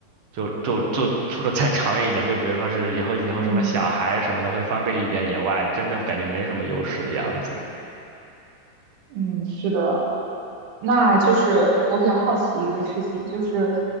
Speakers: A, on the right; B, on the right.
A: 就就就除了再 <laughs> 长远一点，就比如说是以后以后什么小孩什么的会方便一点以外，
B: 嗯，
A: 真的感觉没什么优势的样子。
B: 嗯，是的，那就是我比较好奇一个事情，就是